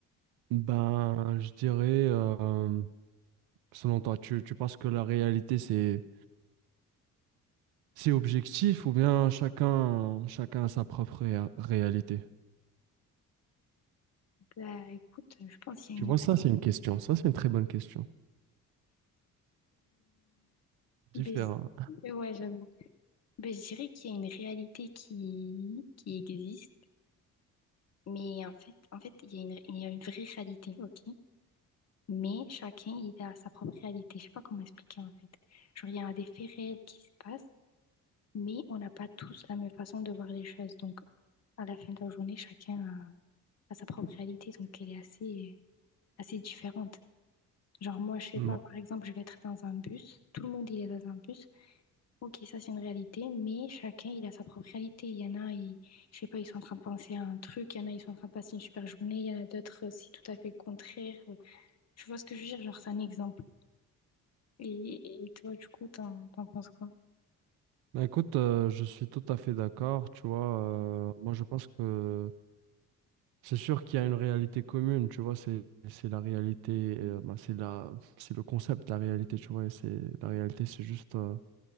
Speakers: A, on the right; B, on the left.
A: Ben, je dirais, euh, selon toi, tu, tu penses que la réalité, c'est, c'est objectif ou bien chacun, chacun a sa propre réa- réalité?
B: Bah, écoute, je pense qu'il y
A: Tu
B: a
A: vois, ça,
B: une
A: c'est une question. Ça, c'est une très bonne question. Différent.
B: réalité. Ouais, j'avoue. Ben, je dirais qu'il y a une réalité qui, qui existe, mais en fait, en fait, il y a une, il y a une vraie réalité, ok? Mais chacun, il a sa propre réalité. Je sais pas comment expliquer, en fait. Genre, il y a des faits réels qui se passent, mais on n'a pas tous la même façon de voir les choses. Donc, à la fin de la journée, chacun a, a sa propre réalité, donc elle est assez, assez différente. Genre, moi, je sais
A: Ouais.
B: pas, par exemple, je vais être dans un bus. Tout le monde, il est dans un bus. Ok, ça, c'est une réalité, mais chacun, il a sa propre réalité. Il y en a, ils, je sais pas, ils sont en train de penser à un truc. Il y en a, ils sont en train de passer une super journée. Il y en a d'autres, euh, c'est tout à fait le contraire. Euh, Tu vois ce que je veux dire? Genre, c'est un exemple. Et, et toi, du coup, t'en, t'en penses quoi?
A: Ben, écoute, euh, je suis tout à fait d'accord. Tu vois, euh, moi, je pense que C'est sûr qu'il y a une réalité commune, tu vois, c'est c'est la réalité, euh, ben, c'est la, c'est le concept, la réalité, tu vois, et c'est la réalité, c'est juste, euh,